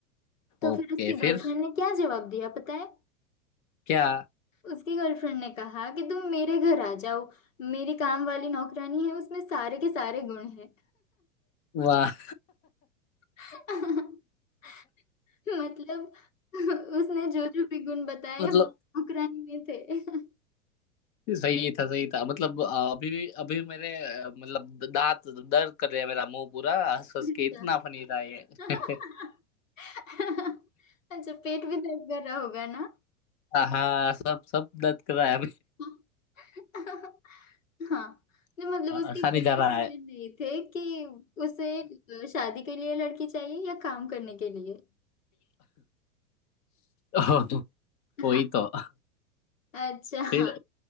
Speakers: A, on the left; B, on the left.
A: तो
B: ओके
A: फिर उसकी
B: फिर
A: गर्लफ्रेंड ने क्या जवाब दिया पता है
B: क्या
A: उसकी गर्लफ्रेंड ने कहा कि तुम मेरे घर आ जाओ मेरी काम वाली नौकरानी है उसमें सारे के सारे गुण हैं
B: वाह
A: <laughs> मतलब उसने जो जो भी गुण बताए
B: मतलब
A: वो नौकरानी में थे <laughs>
B: सही था सही था मतलब अ, अभी भी अभी भी मेरे अ, मतलब दांत दर्द कर रहे हैं मेरा मुंह पूरा हंस हंस
A: अच्छा
B: के इतना फनी था ये
A: <laughs>
B: <laughs>
A: <laughs> अच्छा पेट भी दर्द कर रहा होगा ना
B: हाँ सब सब दर्द कर रहा है
A: <laughs> हाँ नहीं मतलब
B: अच्छा
A: उसकी गोली
B: नहीं जा रहा
A: के
B: है
A: लिए नहीं थे कि उसे शादी के लिए लड़की चाहिए या काम करने के लिए
B: ओह, वही
A: हाँ
B: तो
A: अच्छा हाँ
B: फिर